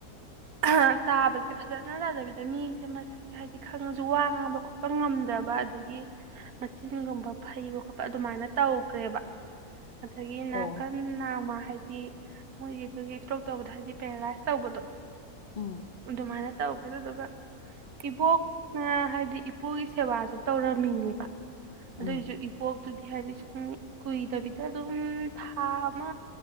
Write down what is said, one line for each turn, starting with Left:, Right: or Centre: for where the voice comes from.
Right: ꯑꯍ ꯇꯥꯕꯁꯤ ꯐꯖꯅ ꯅꯥꯗꯕꯤꯗ ꯃꯤꯁꯤ ꯃꯁꯛꯁꯦ ꯍꯥꯏꯗꯤ ꯈꯪꯉꯁꯨ ꯋꯥ ꯉꯥꯡꯕ ꯈꯣꯠꯄ ꯉꯝꯗꯕ ꯑꯗꯒꯤ ꯃꯆꯤꯟꯒꯨꯝꯕ ꯐꯩꯕ ꯈꯣꯄ ꯑꯗꯨꯃꯥꯏꯅ ꯇꯧꯈ꯭ꯔꯦꯕ ꯑꯗꯒꯤ ꯅꯥꯠ
Left: ꯑꯣ
Right: ꯀꯟꯅ ꯃꯥ ꯍꯥꯏꯗꯤ ꯃꯣꯏꯒꯤꯗꯨꯒꯤ ꯏꯁꯇ꯭ꯔꯣꯛ ꯇꯧꯕꯗꯣ ꯍꯥꯏꯗꯤ ꯄꯦꯔꯥꯂꯥꯏꯁ ꯇꯧꯕꯗꯣ
Left: ꯎꯝ
Right: ꯗꯨꯃꯥꯏꯅ ꯇꯧ ꯑꯗꯨꯗꯨꯒ ꯏꯕꯣꯛꯅ ꯍꯥꯏꯗꯤ ꯏꯄꯨꯒꯤ ꯁꯦꯕꯥꯁꯨ ꯇꯧꯔꯝꯃꯤꯅꯦꯕ
Left: ꯎꯝ
Right: ꯑꯗꯣꯏꯁꯨ ꯏꯄꯣꯛꯇꯨ ꯍꯥꯏꯗꯤ ꯁꯨꯝ ꯀꯨꯏꯗꯕꯤꯗ ꯑꯗꯨꯝ ꯊꯥ ꯑꯃ